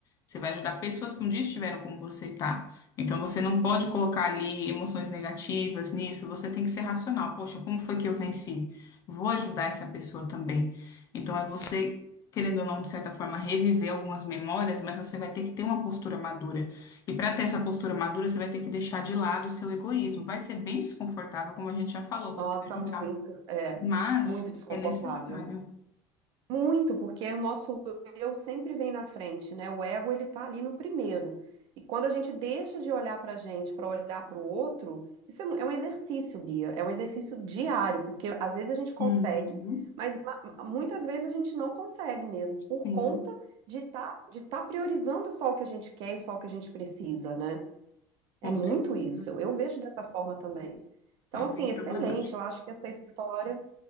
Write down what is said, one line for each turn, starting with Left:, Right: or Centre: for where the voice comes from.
Left: Você vai ajudar pessoas que um dia estiveram como você está. Então, você não pode colocar ali emoções negativas nisso. Você tem que ser racional. Poxa, como foi que eu venci? Vou ajudar essa pessoa também. Então, é você, querendo ou não, de certa forma, reviver algumas memórias, mas você vai ter que ter uma postura madura. E para ter essa postura madura, você vai ter que deixar de lado o seu egoísmo. Vai ser bem desconfortável, como a gente já falou, você
Right: Nossa,
Left: ajudar.
Right: muito, é,
Left: Mas
Right: muito desconfortável.
Left: é necessário.
Right: Muito, porque o nosso eu sempre vem na frente, né? O ego ele tá ali no primeiro. E quando a gente deixa de olhar pra gente para olhar para o outro, isso é, um é um exercício, Bia, é um exercício diário, porque às vezes a gente consegue,
Left: Uhum.
Right: mas ma- muitas vezes a gente não consegue mesmo,
Left: Sim,
Right: por conta de tá, de tá priorizando só o que a gente quer e só o que a gente precisa, né?
Left: com
Right: É muito
Left: certeza.
Right: isso. Eu vejo dessa forma também. Então,
Left: É
Right: assim,
Left: bem
Right: excelente.
Left: problemático.
Right: Eu acho que essa história